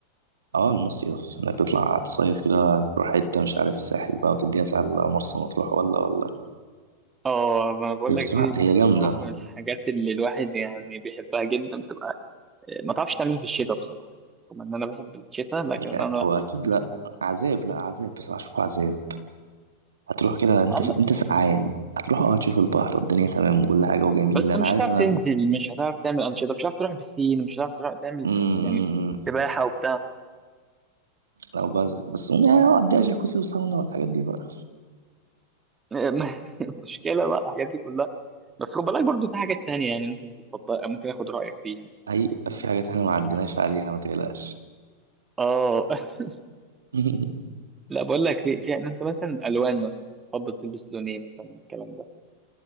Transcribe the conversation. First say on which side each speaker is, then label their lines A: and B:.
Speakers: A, on the right; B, on the right.
A: أه المصيف إنك تطلع تصيف كده تروح حتة مش عارف ساحل بقى وتديها ساعة على مرسى مطروح ولا ولا
B: اه ما بقول
A: هي
B: لك
A: بصراحة
B: دي دي
A: هي
B: دي
A: جامدة
B: الصراحه من الحاجات اللي الواحد يعني بيحبها جدا بتبقى ما تعرفش تعملها في الشتاء بصراحه رغم ان انا بحب الشتاء لكن
A: هي
B: انا لا
A: هو أكيد
B: ما بحبش.
A: لأ عذاب لأ عذاب بصراحة أشوفه عذاب هتروح كده أنت
B: عندك
A: أنت سقعان هتروح أه تشوف البحر والدنيا تمام وكل حاجة وجميلة
B: بس
A: أنا
B: مش
A: عارف
B: هتعرف
A: أنا
B: تنزل
A: ال-
B: مش هتعرف تعمل انشطه مش هتعرف تروح بسين مش هتعرف تروح تعمل
A: أمم، أمم،
B: يعني
A: أمم.
B: سباحه وبتاع
A: لو بس بس يعني اقضيها جاكوزي وساونا والحاجات دي بقى
B: <laughs> مشكله بقى الحاجات دي كلها بس خد بالك برضو في حاجات تانية يعني ممكن تتفضل ممكن اخد رايك فيها
A: <laughs> هيبقى في حاجات احنا ما عديناش عليها ما تقلقش
B: اه <laughs>
A: <laughs>
B: لا بقول لك في في انت مثلا الوان مثلا تفضل تلبس لون ايه مثلا الكلام ده